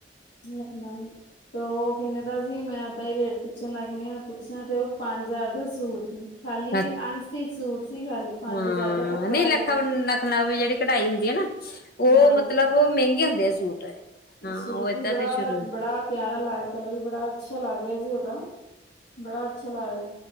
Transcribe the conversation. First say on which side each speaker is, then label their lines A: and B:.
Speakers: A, on the left; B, on the left.
A: <unintelligible> ਤੇ ਉਹ ਕਿੰਨੇ ਦਾ ਸੀ। ਮੈਂ ਦਾਂ ਹੀ ਰੇਟ ਪੁੱਛਣ ਲੱਗ ਮ ਪੁੱਛਿਆ ਤੇ ਉਹ ਪੰਜ ਹਜ਼ਾਰ ਦੇ ਸੂਟ ਨੇ। ਖਾਲੀ
B: ਅੱਛ
A: ਅਨਸਟਿਚ ਸੂਟ ਸੀ ਖਾਲੀ। ਪੰਜ
B: ਹਾਂ
A: ਹਜ਼ਾਰ ਦਾ ਕੱਪੜਾ
B: ਨਹੀਂ ਲੱਖ,
A: ਹੀ
B: ਲੱਖ ਨਾਲ ਵੀ ਜਿਹੜੀ ਕਢਾਈ ਹੁੰਦੀ ਐ ਨਾ, ਉਹ
A: ਹਾਂ
B: ਮਤਲਬ ਮਹਿੰਗੇ ਹੁੰਦੇ ਆ ਸੂਟ। ਹਾਂ
A: ਸੂਟ
B: ਉਹ ਏਦਾਂ
A: ਵੀ ਬੜਾ,
B: ਤੇ ਸ਼ੁਰੂ
A: ਬੜਾ ਪਿਆਰਾ ਲ ਕਲਰ ਵੀ ਬੜਾ ਅੱਛਾ ਲੱਗ ਰਿਹਾ ਸੀ ਓਦਾ। ਬੜਾ ਅੱਛਾ ਲਾ ਰਿਹਾ